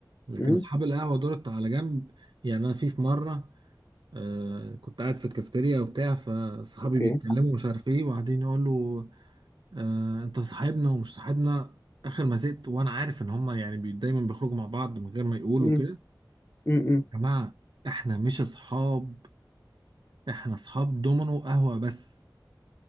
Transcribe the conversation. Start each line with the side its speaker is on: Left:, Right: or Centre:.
Right: لكن
Left: مم.
Right: اصحاب القهوه دولت على جنب يعني انا في في مره آه كنت قاعد في الكافتيريا وبتاع فصحابي
Left: أوكي
Right: بيتكلموا ومش عارف ايه وبعدين يقول له آه انت صاحبنا ومش صاحبنا اخر ما زهقت وانا عارف ان هما يعني بي دايما بيخرجوا مع بعض من غير ما يقولوا
Left: مم.
Right: كده
Left: مم. مم.
Right: يا جماعه احنا مش اصحاب احنا اصحاب دومينو قهوه بس